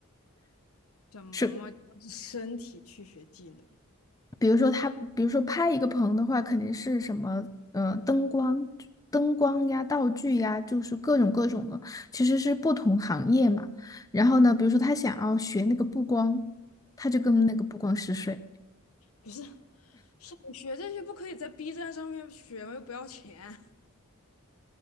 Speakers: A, on the left; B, on the left.
A: 怎么身体去学技能？
B: 是。比如说他，比如说拍一个棚的话，肯定是什么，呃，灯光、灯光呀、道具呀，就是各种各种的，其实是不同行业嘛。然后呢，比如说他想要学那个布光，他就跟那个布光师睡。
A: 不是，想学这些不可以在 B 站上面学吗？又不要钱，